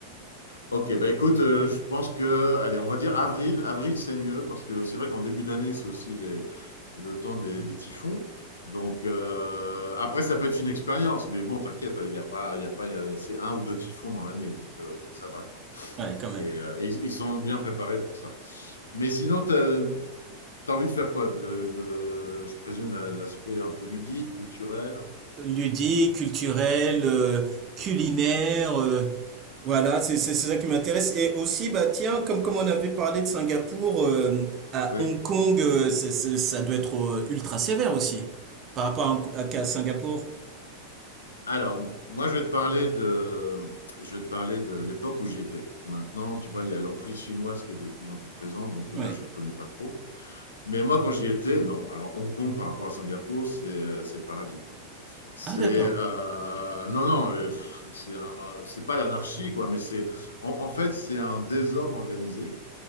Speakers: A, on the left; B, on the right.
A: Ok, bah écoute, euh, je pense que, allez, on va dire avril. Avril, c'est mieux parce que c'est vrai qu'en début d'année, c'est aussi les- le temps des, des typhons. Donc, euh, après, ça peut être une expérience, mais bon, t'inquiète, il n'y a pas, il y a pas, il y a- c'est un ou deux typhons dans l'année, donc, euh, donc ça va, quoi.
B: Ouais, quand même.
A: Et, euh, et ils ils sont bien préparés pour ça. Mais sinon, t'as, t'as envie de faire quoi? De, de- je présume la- l'aspect un peu ludique, culturel.
B: Ludique, culturel, euh, culinaire. euh, voilà, c'est c'est- c'est ça qui m'intéresse. Et aussi, bah tiens, comme, comme on avait parlé de Singapour, euh, à
A: Oui.
B: Hong Kong, euh, c'est- c'est- ça doit être euh, ultra sévère aussi, par rapport à, Hong- à- qu'à Singapour.
A: Alors, moi, je vais te parler de, je vais te parler de l'époque où j'y étais. Maintenant, tu vois, il y a l'emprise chinoise qui est de plus en plus présente, donc là,
B: Ouais.
A: je ne connais pas trop. Mais moi, quand j'y étais, non. Alors, Hong Kong par rapport à Singapour, c'est euh, c'est le paradis, quoi. C'est
B: Ah d'accord.
A: euh, non, non, euh, pff, c'est un- c'est pas l'anarchie, quoi, mais c'est en, en fait, c'est un désordre organisé